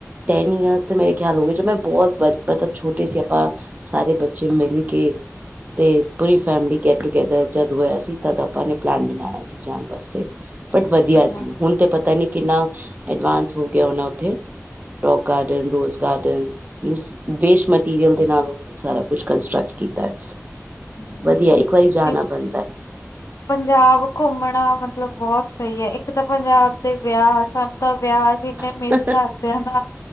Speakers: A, on the right; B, on the left.
A: ਟੈਨ ਈਅਰਸ ਤੇ ਮੇਰੇ ਖਿਆਲ ਹੋ ਗਏ ਜ ਮੈਂ ਬਹੁਤ ਮਤਲਬ ਛੋਟੇ ਸੀ ਆਪਾਂ ਸਾਰੇ ਬੱਚ ਬੱਚੇ ਮਿਲ ਕੇ ਤੇ ਪੂਰੀ ਫੈਮਲੀ ਗੈੱਟ- ਟੂਗੇੈਦਰ ਜਦ ਹੋਇਆ ਸੀ ਤਦ ਆਪਾਂ ਨੇ ਪਲੈਨ ਬਣਾਇਆ ਸੀ ਜਾਣ ਵਾਸਤੇ। ਬਟ
B: ਅੱਛਾ
A: ਵਧੀਆ ਸੀ ਹੁਣ ਤੇ ਪਤਾ ਨੀ ਕਿੰਨਾ ਐਡਵਾਂਸ ਹੋ ਗਿਆ ਹੋਣਾ ਉੱਥੇ। ਰੋਕ ਗਾਰਡਨ, ਰੋਜ਼ ਗਾਰਡ ਮਿਨਸ ਵੇਸਟ ਮਟੀਰੀਅਲ ਦੇ ਨਾਲ ਓਨਾ ਨੇ ਸਾਰਾ ਕੰਸਟਰਕਢ ਕੀਤਾ ਹੈ,
B: ਹੂੰ
A: ਵਧੀਆ ਇੱਕ ਵਾਰੀ ਜਾਣਾ
B: ਇਹ
A: ਬਣਦਾ ਹੈ।
B: ਪੰਜਾਬ ਘੁੰਮਣਾ ਮਤਲਬ ਬਹੁਤ ਸਹੀ ਹੈ ਇੱਕ ਤਾਂ ਪੰਜਾਬ ਦੇ ਵਿਆਹ ਸਾਨੂੰ ਤਾਂ ਵਿਆਜ ਇੰਨੇ ਮਿਸ
A: ਹੈ।
B: ਕਰਦੇ ਹਾ ਨਾ।